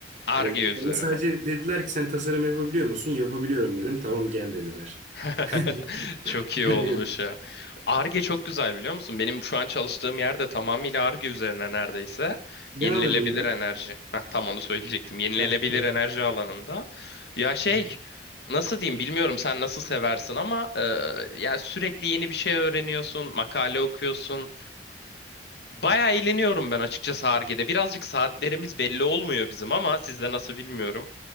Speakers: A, on the left; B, on the right.
A: Arge
B: Hani bana
A: üzerine.
B: sadece dediler ki sen tasarım yapabiliyor musun? Yapabiliyorum dedim. Tamam gel dediler.
A: <laughs>
B: <laughs>
A: Çok iyi
B: Öyle
A: olmuş
B: görünüyor.
A: ya. Arge çok güzel biliyor musun? Benim şu an çalıştığım yerde tamamıyla Arge üzerine neredeyse.
B: Ne
A: Yenilenebilir
B: alanında?
A: enerji. Heh, tam onu söyleyecektim. Yenilenebilir
B: Heh, tamam.
A: enerji alanında. Ya şey
B: Hı hı.
A: nasıl diyeyim bilmiyorum sen nasıl seversin ama e, ya sürekli yeni bir şey öğreniyorsun, makale okuyorsun. Bayağı eğleniyorum ben açıkçası Ar-Ge'de. Birazcık saatlerimiz belli olmuyor bizim ama sizde nasıl bilmiyorum.